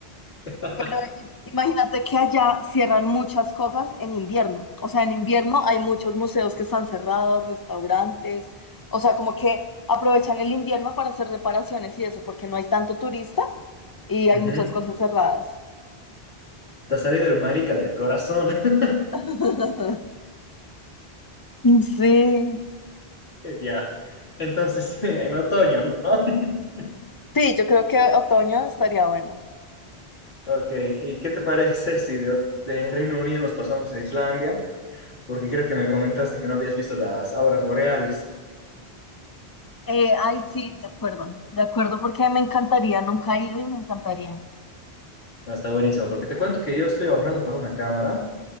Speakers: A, on the left; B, on the left.
A: <laughs>
B: pero i- imagínate que allá cierran muchas cosas en invierno. O sea, en invierno hay muchos museos que están cerrados, restaurantes, o sea, como que aprovechan el invierno para hacer reparaciones y eso, porque no hay tanto turista y hay
A: Ujú.
B: muchas cosas cerradas.
A: Te ha salido el marica del corazón. <laughs>
B: <laughs> Sí,
A: Ya. Entonces, <laughs> en otoño, ¿no? <laughs>
B: sí, yo creo que otoño estaría bueno.
A: Ok, ¿y qué te parece si de, de Reino Unido nos pasamos a Islandia? porque creo que me comentaste que no habías visto las auras boreales.
B: Eh, ay, sí, de acuerdo, de acuerdo, porque me encantaría, nunca he ido y me encantaría.
A: Ah, Está buenísimo, porque te cuento que yo estoy ahorrando para una cámara